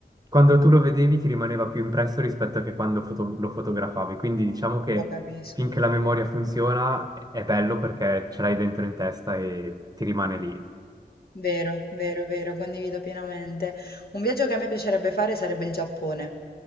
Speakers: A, on the right; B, on the left.
A: quando tu lo vedevi ti rimaneva più impresso rispetto che quando foto- lo fotografavi. Quindi diciamo che
B: Lo capisco.
A: finché la memoria funziona è bello perché ce l'hai dentro in testa e ti rimane lì.
B: Vero, vero, vero, condivido pienamente. Un viaggio che a me piacerebbe fare sarebbe il Giappone.